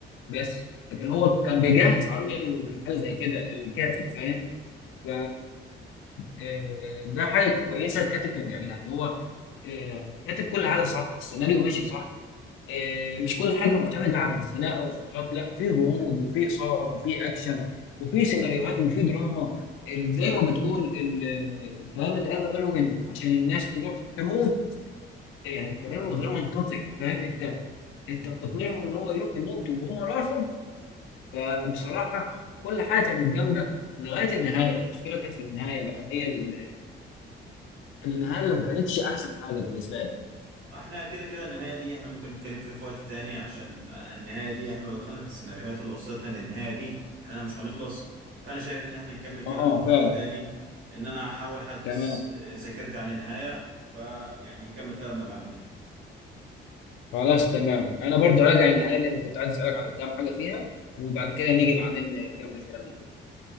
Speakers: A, on the left; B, on the right.
A: بس لكن هو كان بيجهز ارميا لحاجه زي كده الكاتب فاهم ف آه، ده حاجه كويسه الكاتب كان بيعملها ان هو آه، كاتب كل حاجه صح السيناريو ماشي صح آه، مش كل حاجه معتمده على الخناقه والفترات لا في غموض وفي اثاره وفي اكشن وفي سيناريوهات وفي دراما ال- زي ما بتقول ال- الكلام اللي قاله ايروين عشان الناس تروح تموت يعني كلام غير منطقي فاهم انت انت بتقنعهم ان هم يروحوا يموتوا وهم راحوا فبصراحة كل حاجة كانت جامدة لغاية النهاية المشكلة كانت في النهاية بقى هي ال- النهاية اللي ما كانتش أحسن حاجة بالنسبة لي
B: احنا كده كده النهاية دي احنا ممكن نتكلم فيها في وقت تاني عشان النهاية دي احنا لو دخلنا في السيناريوهات اللي وصلتنا للنهاية دي احنا مش هنخلص فانا شايف ان احنا نكمل كلامنا
A: اه
B: في وقت
A: فعلا
B: تاني ان انا هحاول احدث
A: تمام
B: آه، ذاكرتي عن النهاية فيعني نكمل كلامنا بعدين
A: خلاص تمام انا برضو راجع النهايه لان كنت عايز اسالك على كام حاجه فيها وبعد كده نيجي بعدين نكمل كلامنا فيها